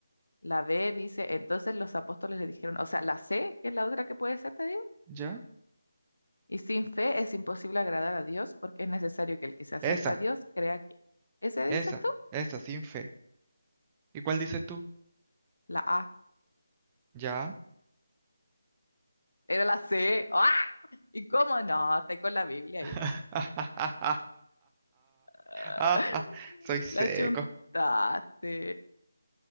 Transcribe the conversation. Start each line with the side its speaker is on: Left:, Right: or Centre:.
Left: la B dice, entonces los apóstoles le dijeron, o sea, la C, que es la otra que puede ser, te digo,
Right: Ya.
Left: y sin fe es imposible agradar a Dios porque es necesario que el que se acerca
Right: Esa,
Left: a Dios crea que... ¿Ese
Right: esa,
Left: dices tú?
Right: esa, sin fe. ¿Y cuál dices tú?
Left: La A.
Right: Ya.
Left: Era la C. ¡Ah! ¿Y cómo no? Estoy con la Biblia
Right: <laughs>
Left: ahí. Ah,
Right: Ah, soy seco.
Left: la chuntaste.